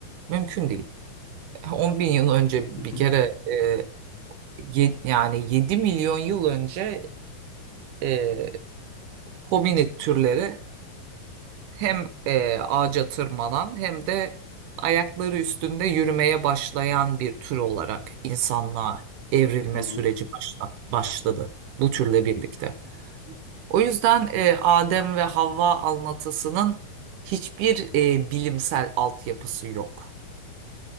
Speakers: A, on the right; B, on the left.
A: mümkün değil. <laughs> 10 bin yıl önce
B: <laughs>
A: bir kere e, ye- yani 7 milyon yıl önce e, hominid türleri hem e, ağaca tırmanan hem de ayakları üstünde yürümeye başlayan bir tür olarak insanlığa evrilme
B: Hı hı,
A: süreci başla, başladı bu türle birlikte. O yüzden e, Adem ve Havva anlatısının hiçbir e, bilimsel altyapısı yok.